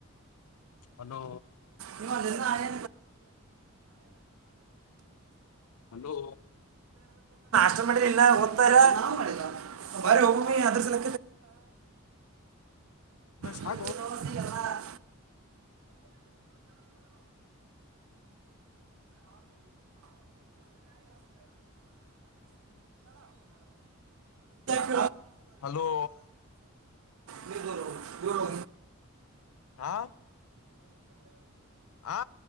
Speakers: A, on the left; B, on the right.
A: ಹಲೋ
B: ನೀ ಮದ ನಳೆ
A: ಹಲೋ
B: ಮಾಡಲಿಲ್ಲ ಒದತ್ತಾರ ನಾ ಮಾಡಿಲ್ಲ ಬ ಹೋಗಮಿ ಅದ್ರಲ
A: ಸಾ
B: ಮಾಡಿಲ್ಲ ನಿ
A: ಹಲೋ
B: ನೀ ದೂ ದೂರೋ
A: ಹಾ ಆ